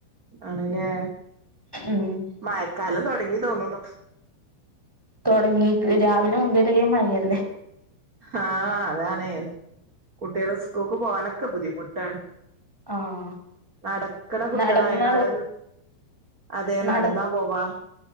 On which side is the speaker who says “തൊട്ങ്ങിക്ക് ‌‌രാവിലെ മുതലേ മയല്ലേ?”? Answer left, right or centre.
Centre